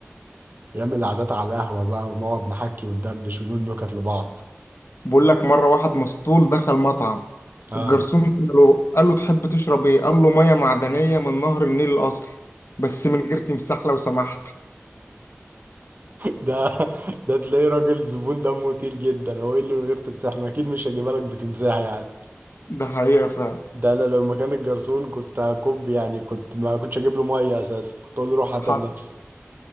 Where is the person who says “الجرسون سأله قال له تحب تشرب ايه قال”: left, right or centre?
Left